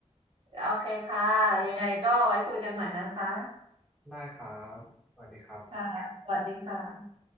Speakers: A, on the right (about 50°); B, in the centre.
A: โอเคค่ะยังไงก็ไว้คุยกันใหม่นะคะ
B: ได้ครับสวัสดีครับ
A: ค่ะสวัสดีค่ะ